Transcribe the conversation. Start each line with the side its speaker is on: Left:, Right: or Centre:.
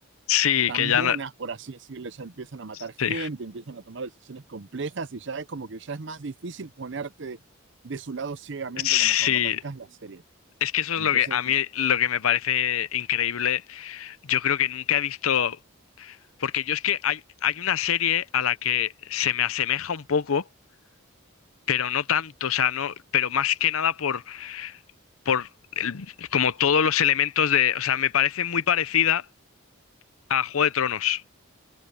Left: Sí,
Right: tan
Left: que ya
Right: buenas,
Left: no.
Right: por así decirlo, ya empiezan a matar
Left: Sí.
Right: gente, empiezan a tomar decisiones complejas y ya es como que ya es más difícil ponerte de su lado ciegamente
Left: Sí.
Right: como cuando arrancas la serie.
Left: Es que eso
Right: Entonces,
Left: es lo que a
Right: como,
Left: mí lo que me parece increíble. Yo creo que nunca he visto. Porque yo es que hay, hay una serie a la que se me asemeja un poco pero no tanto, o sea, no, pero más que nada por, por el- como todos los elementos de, o sea, me parece muy parecida a Juego de Tronos.